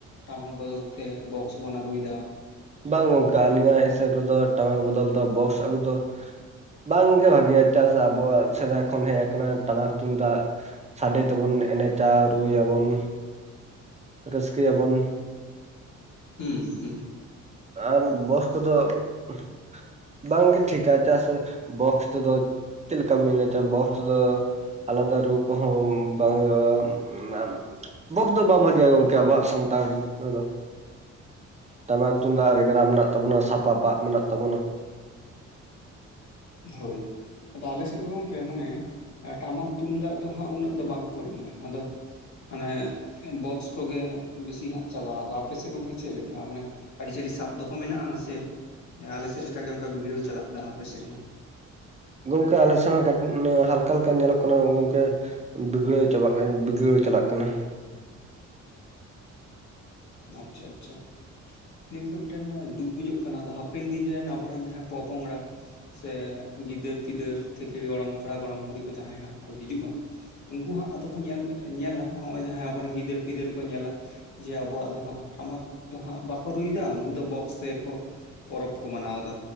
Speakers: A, on the left; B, on the right.
A: ᱴᱟᱢᱟᱠ ᱵᱚᱫᱚᱞ ᱛᱮ ᱵᱚᱠᱥ ᱵᱚᱱ ᱟᱹᱜᱩᱭ ᱫᱟ᱾
B: ᱵᱟᱝ ᱜᱚᱝᱠᱮ ᱟᱞᱤᱧᱟᱜ ᱦᱤᱥᱟᱹᱵᱽ ᱨᱮᱫᱚ ᱴᱟᱢᱟᱠ ᱵᱚᱫᱚᱞ ᱫᱚ ᱵᱚᱠᱥ ᱟᱜᱩ ᱫᱚᱼᱼ ᱵᱟᱝ ᱜᱮ ᱵᱷᱟᱜᱮᱭᱟ ᱪᱮᱫᱟᱜ ᱥᱮ ᱟᱵᱚᱣᱟᱜ ᱥᱮᱫᱟᱭ ᱠᱷᱚᱱ ᱦᱮᱡ ᱟᱠᱟᱱᱟ ᱴᱟᱢᱟᱠ ᱛᱩᱢᱫᱟᱜ᱾ ᱥᱟᱰᱮ ᱛᱮᱵᱚᱱ ᱮᱱᱮᱡᱟ ᱨᱩᱭᱟᱵᱚᱱ ᱨᱟᱹᱥᱠᱟᱹ ᱟᱵᱚᱱ᱾
A: ᱦᱮᱸ ᱦᱮᱸ᱾
B: ᱟᱨ ᱵᱚᱭᱮᱥ ᱠᱚᱫᱚ <unintelligible> ᱼᱼ ᱵᱟᱝ ᱜᱮ ᱴᱷᱤᱠᱟ ᱪᱟᱜ ᱥᱮ ᱵᱚᱠᱥ ᱛᱮᱫᱚ ᱪᱮᱜ ᱞᱮᱠᱟᱢ‌ ᱮᱱᱮᱡᱟ ᱵᱚᱠᱥᱼᱼ ᱟᱫᱚ ᱟᱞᱟᱫᱟ ᱨᱩ ᱠᱚᱦᱚ ᱵᱟᱝ ᱦᱩᱭᱩᱜ-ᱟ <unintelligible> ᱵᱚᱠᱥ ᱫᱚ ᱵᱟᱝ ᱵᱷᱟᱜᱮᱭᱟ ᱜᱚᱝᱠᱮ ᱟᱵᱚᱣᱟᱜ ᱥᱟᱱᱛᱟᱲ ᱨᱮᱫᱚ᱾ ᱴᱟᱢᱟᱠ ᱛᱩᱢᱫᱟᱜ ᱨᱮᱜᱽᱲᱟ ᱢᱮᱱᱟᱜ ᱛᱟᱵᱚᱱᱟ ᱥᱟᱯᱟᱵᱼᱼ ᱥᱟᱯᱟᱵ ᱢᱮᱱᱟᱜ ᱛᱟᱵᱚᱱᱟ᱾
A: ᱦᱳᱭ᱾ ᱟᱫᱚ ᱟᱞᱮ ᱥᱮᱫ ᱫᱚ ᱜᱚᱝᱠᱮ ᱢᱟᱱᱮ ᱮᱸ ᱴᱟᱢᱟᱠ ᱛᱩᱢᱫᱟᱜ ᱫᱚ ᱦᱟᱸᱜ ᱩᱱᱟᱹᱜ ᱫᱚ ᱵᱟᱝ ᱠᱚ ᱨᱩᱭᱟ ᱟᱫᱚᱼᱼ ᱢᱟᱱᱮ ᱵᱚᱠᱥ ᱠᱚᱜᱮ ᱵᱤᱥᱤ ᱦᱟᱸᱜ ᱪᱟᱞᱟᱜ-ᱟ ᱟᱫᱚ ᱟᱯᱮ ᱥᱮᱜ ᱜᱚᱜᱠᱮ ᱪᱮᱫ ᱞᱮᱠᱟ ᱢᱟᱱᱮᱼᱼ ᱟᱹᱨᱤᱼᱪᱟᱹᱞᱤ ᱥᱟᱵ ᱫᱚᱦᱚ ᱢᱮᱱᱟᱜ-ᱟ ᱥᱮ ᱮᱸ ᱟᱞᱮ ᱥᱮᱫ ᱞᱮᱠᱟ ᱜᱮ ᱚᱱᱠᱟ ᱵᱤᱜᱽᱲᱟᱹᱣ ᱪᱟᱞᱟᱜ ᱠᱟᱱᱟ ᱟᱯᱮ ᱥᱮᱜ ᱦᱚᱸ?
B: ᱜᱚᱝᱠᱮ ᱟᱞᱮ ᱥᱮᱫ ᱦᱚᱸ ᱠᱟᱴᱤᱡ ᱢᱟᱱᱮ ᱦᱟᱞᱼᱼ ᱠ‌ᱟ ᱦᱟᱞᱠ‌ᱟ ᱧᱮᱞᱚᱜ ᱠᱟᱱᱟ ᱜᱚᱝᱠᱮ ᱵᱤᱜᱽᱲᱟᱹᱣ ᱪᱟᱵᱟᱜ ᱠᱟᱱᱟ ᱵᱤᱜᱽᱲᱟᱹᱣ ᱪᱟᱞᱟᱜ ᱠᱟᱱᱟ᱾
A: ᱟᱪᱪᱷᱟ ᱟᱪᱪᱷᱟ᱾ ᱱᱤᱭᱟᱹ ᱜᱚᱝᱠᱮ ᱢᱤᱫᱴᱮᱱ ᱫᱩᱠ ᱵᱩᱡᱷᱟᱹᱜ ᱠᱟᱱᱟ ᱟᱫᱚ ᱦᱟᱯᱼᱼ ᱯᱮᱱ ᱫᱤᱱ ᱨᱮᱱ ᱟᱵᱚᱨᱮᱱ ᱡᱟᱦᱟᱸᱭ ᱯᱚᱼᱯᱚᱝᱜᱽᱲᱟᱼᱼ ᱥᱮ ᱜᱤᱫᱟᱹᱨ ᱯᱤᱫᱟᱹᱨ ᱛᱷᱮᱠᱮ ᱜᱚᱲᱚᱢ ᱠᱚᱲᱟ ᱜᱚᱲᱚᱢ ᱠᱩᱲᱤ ᱠᱚ ᱡᱟᱦᱟᱸᱭ ᱦᱟᱸᱜ ᱠᱚ ᱦᱤᱡᱩᱜ-ᱟ᱾ ᱩᱱᱠᱩ ᱦᱟᱸᱜ ᱟᱫᱚ ᱠᱚ ᱧᱮᱞ ᱧᱮᱞᱟ ᱱᱚᱜᱚ-ᱚᱸᱭ ᱡᱟᱦᱟᱸ ᱟᱵᱚᱨᱮᱱ ᱜᱤᱫᱟᱹᱨ ᱯᱤᱫᱟᱹᱨ ᱠᱚ ᱧᱮᱞᱟ ᱡᱮ ᱼᱼ ᱟᱵᱚᱣᱟᱜ ᱫᱚ ᱦᱟᱸᱜ ᱴᱟᱢᱟᱠ ᱫᱚ ᱦᱟᱸᱜ ᱵᱟᱠᱚ ᱨᱩᱭ ᱮᱫᱟ ᱱᱩᱠᱩ ᱫᱚ ᱵᱚᱠᱥ ᱛᱮᱜᱮ ᱠᱚᱼᱼ ᱯᱚᱨᱚᱵᱽ ᱠᱚ ᱢᱟᱱᱟᱣ ᱮᱫᱟ᱾